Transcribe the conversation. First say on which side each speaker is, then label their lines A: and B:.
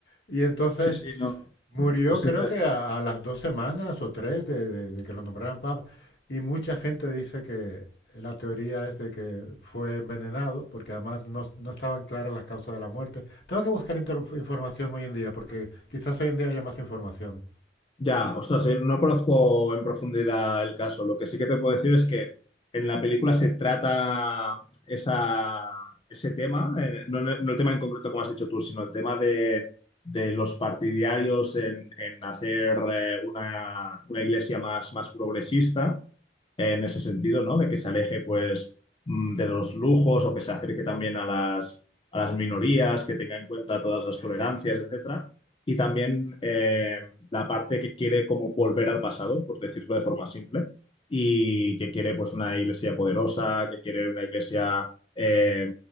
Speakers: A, on the left (about 60°); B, on the left (about 30°).
A: Y entonces
B: Sí, sí, no.
A: murió
B: Es
A: creo
B: interesante.
A: que a, a las dos semanas o tres de, de- de que lo nombraran papa. Y mucha gente dice que la teoría es de que fue envenenado, porque además no, no estaban claras las causas de la muerte. Tengo que buscar información hoy en día, porque quizás hoy en día haya más información.
B: Ya, ostras, eh, no conozco en profundidad el caso. Lo que sí que te puedo decir es que en la película se trata esa, ese tema, eh, no, no no el tema en concreto como has dicho tú, sino el tema de, de los partidarios en, en hacer eh, una, una iglesia más, más progresista en ese sentido, ¿no? De que se aleje, pues, mm, de los lujos o que se acerque también a las, a las minorías, que tenga en cuenta todas las tolerancias, etcétera y también eh, la parte que quiere como volver al pasado, por decirlo de forma simple, y que quiere pues una iglesia poderosa, que quiere una iglesia eh,